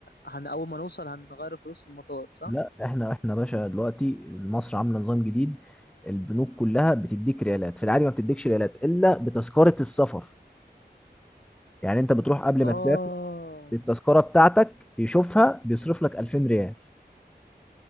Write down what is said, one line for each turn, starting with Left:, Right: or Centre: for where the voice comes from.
Left: هن اول ما نوصل هنغير فلوس في المطار صح
Centre: لا احنا احنا باشا دلوقتي مصر عاملة نظام جديد البنوك كلها بتديك ريالات في العادي ما بتديكش ريالات الا بتذكرة السفر يعني انت بتروح قبل
Left: اه
Centre: ما تسافر التذكره بتاعتك يشوفها بيصرف لك 2000 ريال